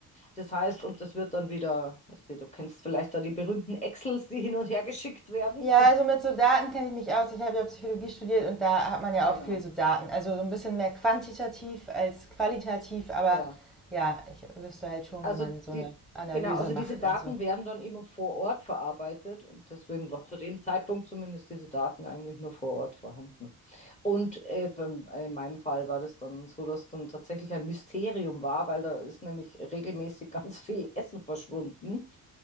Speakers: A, on the left; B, in the centre.
A: Das heißt, und das wird dann wieder, weißt du, du kennst vielleicht da die berühmten Excels, die hin und her geschickt werden.
B: Ja, also mit so Daten kenne ich mich aus. Ich habe ja Psychologie studiert und da hat man ja
A: <laughs> genau,
B: auch viel so Daten. Also so ein bisschen mehr quantitativ als qualitativ, aber
A: ja.
B: ja, ich wüsste halt schon,
A: Also
B: wie man so
A: die,
B: eine Analyse
A: genau, also
B: macht
A: diese Daten
B: und so.
A: werden dann immer vor Ort verarbeitet und deswegen war zu dem Zeitpunkt zumindest diese Daten eigentlich nur vor Ort vorhanden. Und äh, beim- äh, in meinem Fall war das dann so, dass dann tatsächlich ein Mysterium war, weil da ist nämlich regelmäßig <laughs> ganz viel Essen verschwunden